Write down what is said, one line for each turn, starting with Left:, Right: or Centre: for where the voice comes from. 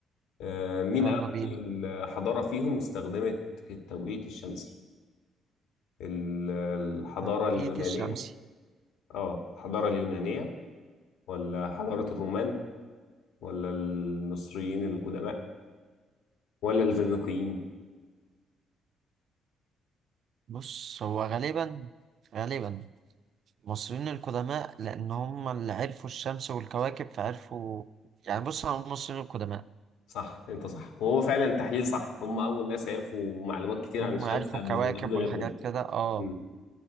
Left: آه، مين
Right: يلا
Left: أول
Right: بينا
Left: حضارة فيهم استخدمت التوقيت الشمسي ال- الحضارة
Right: توقيت
Left: اليونانية
Right: الشمسي
Left: اه الحضارة اليونانية ولا حضارة الرومان ولا المصريين القدماء ولا الفينيقيين
Right: بص هو غالبا غالبا المصريين القدماء لأن هم اللي عرفوا الشمس والكواكب فعرفوا يعني بص على المصريين القدماء
Left: صح انت صح وهو فعلا تحليل صح هم أول ناس عرفوا معلومات كتير
Right: هم
Left: عن الشمس
Right: عرفوا
Left: قبلهم
Right: الكواكب
Left: قبل غيرهم
Right: والحاجات كده اه
Left: مم.